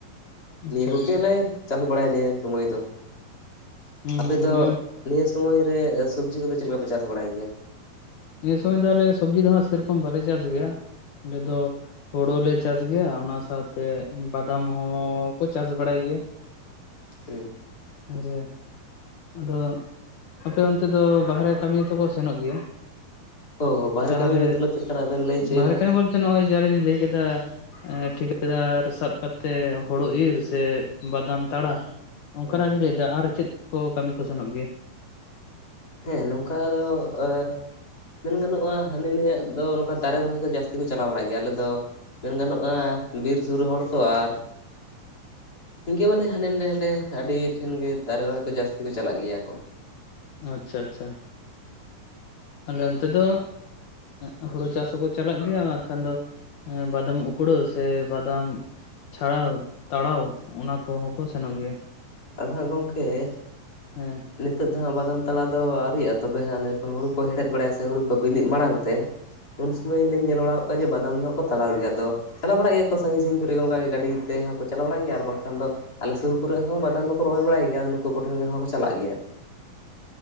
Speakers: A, on the left (about 65°); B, on the left (about 25°).
A: ᱟᱪᱪᱷᱟ
B: ᱱᱤᱭᱟᱹ ᱠᱚᱜᱮᱞᱮ
A: ᱟᱪᱪᱷᱟ
B: ᱪᱟᱥ ᱵᱟᱲᱟᱭᱟ ᱱᱤᱭᱟᱹ ᱥᱚᱢᱚᱭ ᱫᱚ <inaudible>
A: ᱦᱩᱸ
B: ᱟᱯᱮ
A: ᱦᱩᱸ
B: ᱫᱚ,
A: ᱱᱤᱭᱟᱹ
B: ᱱᱤᱭᱟᱹ ᱥᱚᱢᱚᱭ ᱨᱮ ᱥᱚᱵᱡᱤ ᱠᱚᱫᱚ ᱪᱮᱫ ᱞᱮᱠᱟᱯᱮ ᱪᱟᱥ ᱵᱟᱲᱟᱭ ᱜᱮᱭᱟ?
A: ᱱᱤᱭᱟᱹ ᱥᱚᱢᱚᱭ ᱫᱚ ᱟᱞᱮ ᱥᱚᱵᱡᱤ ᱫᱚ ᱦᱟᱜ ᱥᱮᱨᱚᱠᱚᱢ ᱵᱟᱞᱮ ᱪᱟᱥ ᱜᱮᱭᱟ, ᱟᱞᱮ ᱫᱚ ᱦᱩᱲᱩ ᱞᱮ ᱪᱟᱥ ᱜᱮᱭᱟ ᱚᱱᱟ ᱥᱟᱶᱛᱮ ᱵᱟᱫᱟᱢ ᱦᱚᱸᱠᱚ ᱪᱟᱥ ᱵᱟᱲᱟᱭ ᱜᱮᱭᱟ,
B: ᱦᱮᱸ <inaudible>
A: ᱚᱡᱮ <unintelligible> ᱟᱫᱚ ᱟᱯᱮ ᱚᱱᱛᱮ ᱫᱚ ᱵᱟᱦᱚᱨᱮ ᱠᱟᱹᱢᱤ ᱛᱚᱠᱚ ᱥᱮᱱᱚᱜ ᱜᱮᱭᱟ?
B: ᱦᱳ ᱦᱳ ᱵᱟᱦᱚᱨᱮ
A: ᱛᱟᱦᱚᱞᱮ
B: ᱠᱟᱹᱢᱤ ᱢᱚᱛᱞᱚᱵ ᱪᱮᱫ ᱞᱮᱠᱟᱱᱟᱜ ᱵᱮᱱ ᱞᱟᱹᱭ ᱦᱚᱪᱚᱭᱮᱫᱟ?
A: ᱵᱟᱦᱨᱮ ᱠᱟᱹᱢᱤ ᱵᱚᱞᱛᱮ ᱱᱚᱜᱼᱚᱭ ᱡᱚᱨᱮᱧ ᱞᱟᱹᱭ ᱠᱮᱫᱟ ᱴᱷᱤᱠᱟᱹᱫᱟᱨ, ᱥᱟᱵ ᱠᱟᱛᱮᱜ ᱦᱳᱲᱳ ᱤᱨ ᱥᱮ ᱵᱟᱫᱟᱢ ᱛᱟᱲᱟ, ᱚᱱᱠᱟᱱᱟᱜ
B: ᱦᱳᱭ
A: ᱞᱤᱧ ᱞᱟᱹᱭᱮᱫᱟ ᱟᱨ ᱪᱮᱫ ᱠᱚ ᱠᱟᱹᱢᱤ ᱠᱚ ᱥᱮᱱᱚᱜ ᱜᱮᱭᱟ?
B: ᱦᱮᱸ ᱱᱚᱝᱠᱟ ᱫᱚ ᱟ ᱢᱮᱱ ᱜᱟᱱᱚᱜᱼᱟ ᱦᱟᱹᱱᱤ ᱱᱤᱭᱭᱟᱜ ᱫᱚ ᱱᱚᱝᱠᱟ ᱫᱟᱨᱮ ᱨᱚᱦᱚᱭ ᱠᱚ ᱡᱟᱹᱥᱛᱤ ᱠᱚ ᱪᱟᱞᱟᱣ ᱵᱟᱲᱟᱜ ᱜᱮᱭᱟ, ᱟᱞᱮ ᱫᱚ ᱢᱮᱱ ᱜᱟᱱᱚᱜᱼᱟ, ᱵᱤᱨ ᱥᱩᱨ ᱦᱚᱲ ᱛᱚ, ᱟᱨ ᱤᱱᱠᱟᱹ ᱢᱟᱱᱮ ᱦᱟᱸᱰᱮ ᱱᱟᱰᱮ ᱦᱟᱸᱰᱮ ᱟᱹᱰᱤ ᱴᱷᱮᱱ ᱜᱮ ᱫᱟᱨᱮ ᱨᱚᱦᱚᱭ ᱠᱚ ᱡᱟᱹᱥᱛᱤ ᱠᱚ ᱪᱟᱞᱟᱜ ᱜᱮᱭᱟ ᱠᱚ᱾
A: ᱟᱪᱪᱷᱟ ᱟᱪᱪᱷᱟ <unintelligible> ᱟᱞᱮ ᱚᱱᱛᱮ ᱫᱚ, ᱮ ᱦᱩᱲᱩ ᱪᱟᱥ ᱦᱚᱸᱠᱚ ᱪᱟᱞᱟᱜ ᱜᱮᱭᱟ, ᱵᱟᱠᱷᱟᱱ ᱫᱚ ᱵᱟᱫᱟᱢ ᱩᱯᱲᱟᱹᱣ, ᱥᱮ ᱵᱟᱫᱟᱢ ᱪᱷᱟᱲᱟᱣ ᱛᱟᱲᱟᱣ ᱚᱱᱟ ᱠᱚᱦᱚᱸ ᱠᱚ ᱥᱮᱱᱚᱜ ᱜᱮᱭᱟ᱾
B: ᱟᱫᱚ ᱦᱟᱸᱜ ᱜᱚᱝᱠᱮ <unintelligible>
A: ᱦᱮᱸ
B: ᱱᱤᱛᱚᱜ ᱫᱚ ᱦᱟᱸᱜ ᱵᱟᱫᱟᱢ ᱛᱟᱲᱟᱣ ᱫᱚ ᱟᱹᱣᱤᱭᱜᱼᱟ ᱛᱚᱵᱮ ᱦᱟᱸᱜ ᱡᱚᱠᱷᱚᱱ ᱦᱳᱲᱩ ᱠᱚ ᱦᱮᱲᱦᱮᱫ ᱵᱟᱲᱟᱭᱟ ᱥᱮ ᱦᱩᱲᱩ ᱠᱚ ᱵᱤᱞᱤᱜ ᱢᱟᱲᱟᱝ ᱛᱮ, ᱩᱱ ᱥᱩᱢᱟᱹᱭ ᱞᱧ ᱧᱮᱞ ᱵᱟᱲᱟ ᱟᱠᱟ ᱠᱚᱣᱟᱮ ᱵᱟᱫᱟᱢ ᱫᱚ ᱦᱟᱸᱜ ᱠᱚ ᱛᱟᱲᱟᱣ ᱜᱮᱭᱟ ᱟᱫᱚ, ᱪᱟᱞᱟᱣ ᱵᱟᱲᱟᱜ ᱜᱮᱭᱟ ᱠᱚ ᱥᱟᱺᱜᱤᱧᱤᱧ ᱠᱚᱨᱮ ᱜᱮ ᱚᱱᱠᱟᱜᱮ ᱜᱟᱹᱰᱤ ᱛᱮᱦᱚᱸ ᱠᱚ ᱪᱟᱞᱟᱣ ᱵᱟᱲ ᱜᱮᱭᱟ, ᱵᱟᱝᱠᱷᱟᱱ ᱫᱚ ᱟᱞᱮ ᱥᱩᱨᱩᱨᱩ ᱠᱚᱨᱮ ᱦᱚᱸ ᱪᱮᱛᱟᱱ ᱫᱚᱠᱚ ᱨᱚᱦᱚᱭ ᱵᱟᱲᱟᱭ ᱜᱮᱭᱟᱫᱚ ᱱᱩᱠᱩ ᱠᱚᱴᱷᱮᱱ ᱜᱮ ᱦᱚᱲᱠᱚ ᱪᱟᱞᱟᱜ ᱜᱮᱭᱟ, ᱠᱚ